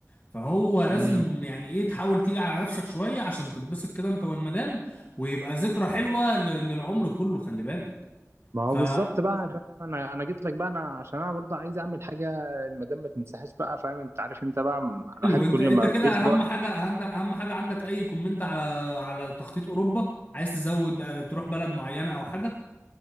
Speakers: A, on the left (about 35°); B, on the right (about 55°).
A: فهو لازم
B: مم.
A: يعني ايه تحاول تيجي على نفسك شوية عشان تتبسط كده انت والمدام ويبقى ذكرى حلوة ل- للعمر كله خلي بالك
B: ما هو
A: فحلو
B: بالظبط بقى فاهم؟ انا انا جيت لك بقى انا عشان انا برضه عايز اعمل حاجه المدام ما تنساهاش بقى فاهم انت عارف انت بقى م- الواحد كل
A: انت انت
B: ما
A: كده
B: بيكبر
A: اهم حاجة اهم اهم حاجة عندك اي كومنت على على تخطيط اوروبا عايز تزود اه، تروح بلد معينة او حاجة